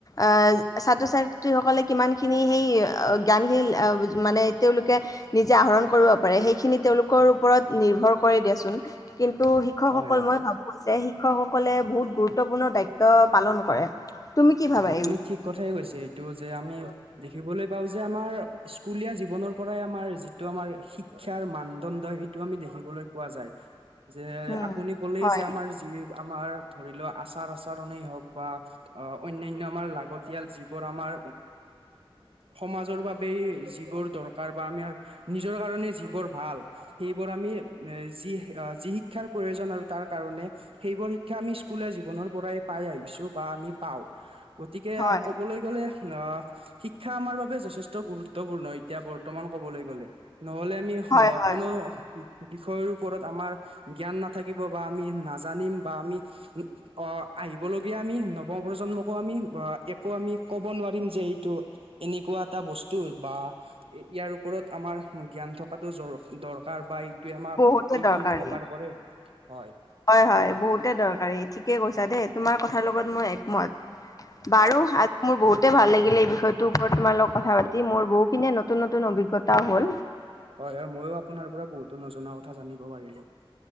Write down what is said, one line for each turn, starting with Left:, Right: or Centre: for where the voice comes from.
Left: আহ, ছাত্ৰ-ছাত্ৰীসকলে কিমানখিনি সেই জ্ঞানখিনি এ মানে তেওঁলোকে নিজে আহৰণ কৰিব পাৰে সেইখিনি তেওঁলোকৰ ওপৰত নিৰ্ভৰ কৰে দিয়াচোন। কিন্তু শিক্ষকসকল
Right: হয় হয়
Left: মই ভাবোঁ যে শিক্ষকসকলে বহুত গুৰুত্বপূৰ্ণ দায়িত্ব পালন কৰে। তুমি কি
Right: হয়,
Left: ভাবা
Right: আপুনি
Left: এই
Right: ঠিক কথাই কৈছে এইটো যে আমি দেখিবলৈ পাও যে আমাৰ স্কুলীয়া জীৱনৰ পৰাই আমাৰ যিটো আমাৰ শি শিক্ষাৰ মানদণ্ড সেইটো আমি দেখিবলৈ পোৱা যায় যে,
Left: উম,
Right: আপুনি ক'লেই
Left: হয়,
Right: যে আমাৰ যি আমাৰ ধৰি লোৱা আচাৰ আচাৰণেই হওক বা অ' অন্যান্য আমাৰ লাগতিয়াল যিবোৰ আমাৰ সমাজৰ বাবেই যিবোৰ দৰকাৰ বা আমাৰ নিজৰ কাৰণে যিবোৰ ভাল। সেইবোৰ আমি এ যি যি শিক্ষাৰ প্ৰয়োজন আৰু তাৰ কাৰণে সেইবোৰ শিক্ষা আমি স্কুলীয়া জীৱনৰ পৰাই পাই আহিছো বা আমি পাও গতিকে
Left: হয়,
Right: ক'বলৈ গ'লে আহ শিক্ষা আমাৰ বাবে যথেষ্ট গুৰুত্বপূৰ্ণ এতিয়া বৰ্তমান কবলৈ গ'লে। নহ'লে আমি
Left: হয়, হয়,
Right: কোনো ৰ বিষয়ৰ ওপৰত আমাৰ জ্ঞান নাথাকিব বা আমি নাজানিম বা আমি অ', আহিবলগীয়া আমি নৱ প্ৰজন্মক আমি বা একো ক'ব নোৱাৰিম যে এইটো এনেকুৱা এটা বস্তু বা ইয়াৰ ওপৰত আমাৰ জ্ঞান থকাটো দৰকাৰ বা এইটোৱে আমাক
Left: বহুতে
Right: এইটো
Left: দৰকাৰী।
Right: উপকাৰ কৰে হয়।
Left: হয়, হয়, বহুতে দৰকাৰী ঠিকে কৈছা দেই তোমাৰ কথাৰ লগত মই একমত। বাৰু
Right: হয়
Left: আ মোৰ বহুতেই ভাল লাগিলে এই বিষয়টোৰ ওপৰত তোমাৰ লগত কথা পাতি, মোৰ বহুখিনিয়ে নতুন নতুন অভিজ্ঞতও হ'ল।
Right: হয়, হয়, আৰু মইও আপোনাৰ পৰা বহুতো নজনা কথা জানিব পাৰিলো।